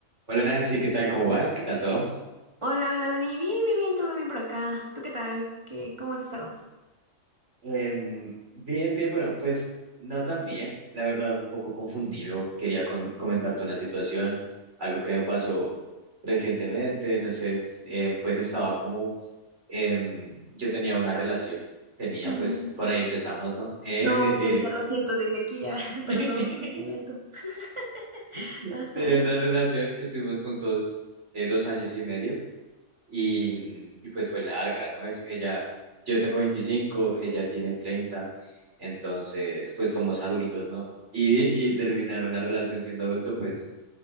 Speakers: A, on the right (about 60°); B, on the right (about 20°).
A: Hola Nancy, ¿qué tal? ¿Cómo vas? ¿Qué tal todo?
B: Hola, hola Dani, bien, bien, bien, todo bien por acá. ¿Tú qué tal? ¿Qué, cómo has estado?
A: Em, bien, bien, bueno, pues no tan bien, la verdad, un poco confundido. Quería con- comentarte una situación, algo que me pasó recientemente, no sé, em, pues estaba como, em, yo tenía una relación, tenía,
B: Mm,
A: pues por ahí empezamos, ¿no? <laughs>
B: No,
A: Eh, eh,
B: pues ya lo siento desde aquí, ya, <laughs>
A: eh,
B: perdón, lo siento. <laughs>
A: <laughs>
B: Ajá.
A: tenía una relación, estuvimos juntos eh, dos años y medio. y, y pues fue larga, ¿no? Es ella, yo tengo veinticinco ella tiene treinta entonces pues somos adultos, ¿no? Y, y terminar una relación siendo adulto pues